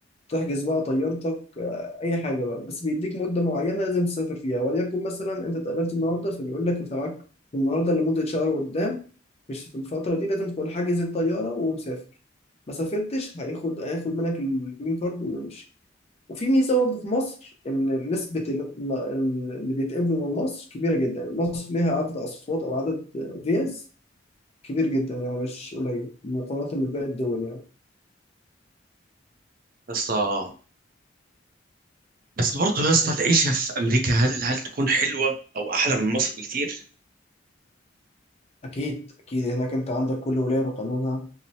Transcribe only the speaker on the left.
تحجز بقى طيارتك اي حاجه بقى بس بيديك مده معينه لازم تسافر فيها وليكن مثلا انت اتقابلت النهارده فبيقول لك انت معاك النهارده لمده شهر قدام مش في الفتره دي لازم تكون حاجز الطياره ومسافر ما سافرتش هياخد هياخد منك الجرين كارد ويمشي وفي ميزه برضه في مصر ان نسبه ال- ال- اللي بيتقبلوا من مصر كبيره جدا مصر ليها عدد اصوات او عدد فيز كبير جدا يعني مش قليل مقارنه بباقي الدول يعني
اكيد اكيد هناك انت عندك كل ولايه بقانونها